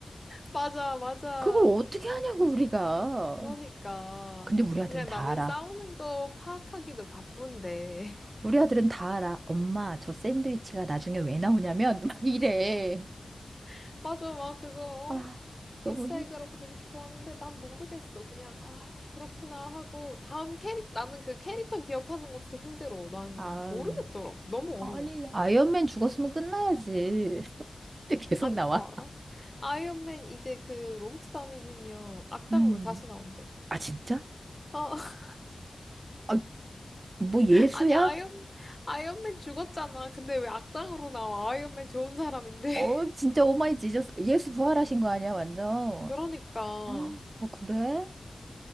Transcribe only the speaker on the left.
맞아, 맞아.
그러니까
그냥
나는
싸우는 거 파악하기도 바쁜데
<laughs> 맞아 막 그거
어?
이스터
에그라고 되게 좋아하는데 난 모르겠어 그냥 아 그렇구나 하고 다음 캐릭 나는 그 캐릭터 기억하는 것도 힘들어 난
모르겠더라고 너무
어려워
아니
그거 알아? 아이언맨 이제 그 로버트 다우니 주니어 악당으로
다시 나온대
어 <laughs>
아니 아이언 아이언맨 죽었잖아 근데 왜 악당으로 나와 아이언맨 좋은 사람인데
<laughs> 그러니까